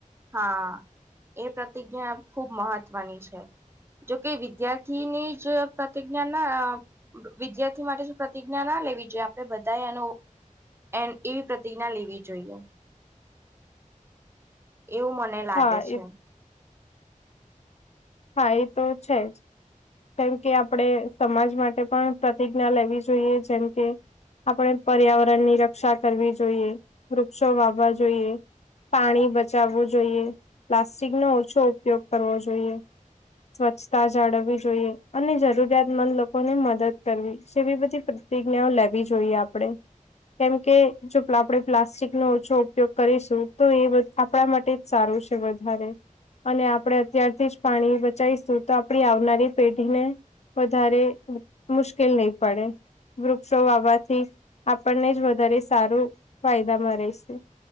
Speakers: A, on the right; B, on the left.
A: હા એ પ્રતિજ્ઞા ખૂબ મહત્વની છે. જોકે વિદ્યાર્થી નેજ પ્રતિજ્ઞા ના વિદ્યાર્થી માટે શું પ્રતિજ્ઞા ના લેવી જોઈએ આપડે બધા એનો એમ એ પ્રતિજ્ઞા લેવી જોઈએ. એવું મને લાગે
B: હા
A: છે.
B: એ હા એ તો છેજ. કેમ કે આપડે સમાજ માટે પણ પ્રતિજ્ઞા લેવી જોઈએ જેમ કે આપડે પર્યાવરણ ની રક્ષા કરવી જોઈએ વૃક્ષો વાવવા જોઈએ પાણી બચાવવું જોઈએ, પ્લાસ્ટિક નો ઓછો ઉપયોગ કરવો જોઈએ. સ્વચ્છતા જાળવવી જોઈએ અને જરૂરિયાતમંદ લોકોને મદદ કરવી જેવી બધી પ્ર પ્રતિજ્ઞાઓ લેવી જોઈએ આપડે. કેમકે જો આપણે પ્લાસ્ટિક નો ઓછો ઉપયોગ કરીશું તો એ આપણા માટે જ સારું છે વધારે અને આપણે ત્યારથી જ પાણી બચાવીશું તો આપણી આવનારી પેઢીને વધારે મુશ્કેલ નઈ પડે. વૃક્ષો વાવાથી આપણને જ વધારે સારું ફાયદા માં રઇસુ.